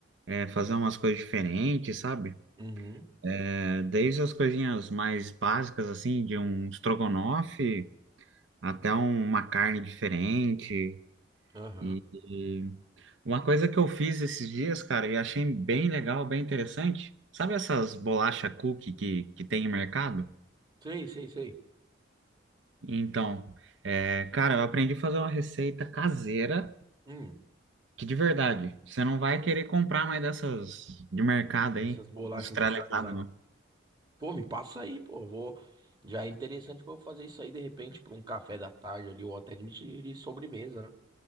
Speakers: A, on the right (about 85°); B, on the right (about 25°).
A: é, fazer umas coisas diferentes, sabe?
B: Uhum,
A: É, desde as coisinhas mais básicas, assim, de um estrogonofe. até um, uma carne diferente.
B: aham.
A: E, e uma coisa que eu fiz esses dias, cara, e achei bem legal, bem interessante. Sabe essas bolacha cookie que, que tem em mercado?
B: Sei, sei, sei.
A: Então, é, cara, eu aprendi a fazer uma receita caseira
B: Hum,
A: que de verdade, você não vai querer comprar mais dessas de mercado aí,
B: essas bolachas
A: industrializada,
B: industrializadas.
A: não.
B: Pô, me passa aí, pô. eu Vou... Já é interessante pra eu fazer isso aí de repente pra um café da tarde ali, ou até de de sobremesa, né?